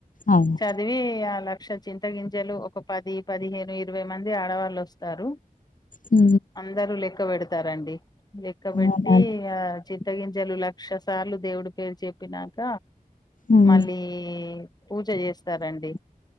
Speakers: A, on the left; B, on the left.
A: అవును
B: చ దివి ఆ లక్ష చింత గింజలు ఒక పది పదిహేను ఇరవై మంది ఆడవాళ్ళు వస్తారు
A: ఉ
B: అందరు లెక్క పెడతారంండి లెక్క పెట్టి
A: అవునండి
B: ఆ చింతగింజలు లక్ష సార్లు దేవుడి పేరు చెప్పినాక
A: ఉమ్
B: మళ్ళీ పూజ చేస్తారండి